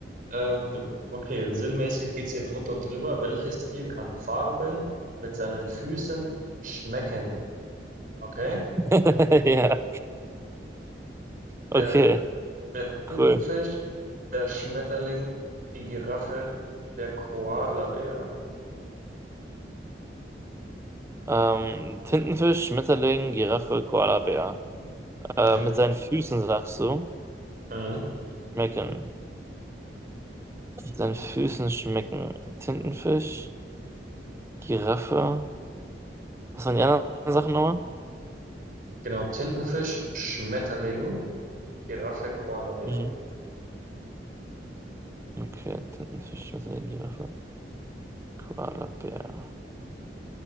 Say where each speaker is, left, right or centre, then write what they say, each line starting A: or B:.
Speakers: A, on the right; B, on the right.
A: Ähm, du, okay, sinnmäßig geht's hier drunter und drüber. Welches Tier kann Farben mit seinen Füßen schmecken? Okay.
B: <laughs> Ja, okay,
A: Der, der Tintenfisch,
B: cool.
A: der Schmetterling, die Giraffe, der Koalabär.
B: Ähm, Tintenfisch, Schmetterling, Giraffe, Koalabär. Äh,
A: Mhm.
B: mit seinen Füßen sagst du,
A: Mhm.
B: schmecken. Mit seinen Füßen schmecken. Tintenfisch, Giraffe. Was waren die anderen Sachen nochmal?
A: Genau, Tintenfisch, Schmetterling, Giraffe, Koalabär.
B: Mhm. Okay, Tintenfisch, Schmetterling, Giraffe, Koalabär.